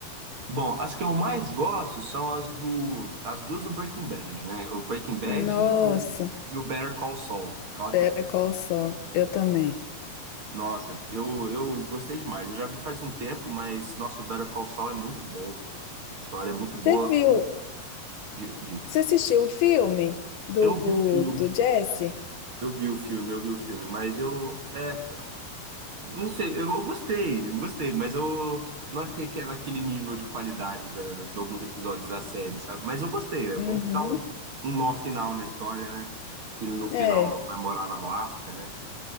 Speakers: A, on the right; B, on the left.
A: Bom, as que eu mais gosto são as do, as duas do Breaking Bad, né? O Breaking Bad
B: Nossa,
A: e o, e o Better Call Saul. Eu
B: pera, qual o sol? Eu também.
A: Nossa, eu, eu gostei demais. Eu já vi faz um tempo, mas nosso Better Call Saul é muito bom. História é muito boa.
B: Você viu?
A: O- di- Diz.
B: Você assistiu o filme do,
A: Eu vi o filme,
B: do Jesse?
A: eu vi o filme, eu vi o filme, mas eu, é, eu não sei, eu, eu gostei, eu gostei, mas eu não achei que é naquele nível de qualidade da, de alguns episódios da série, sabe? Mas eu gostei, é
B: Uhum.
A: bom que dá um, um nó final na história, né? Que ele no final
B: É,
A: namorar no Alasca, né?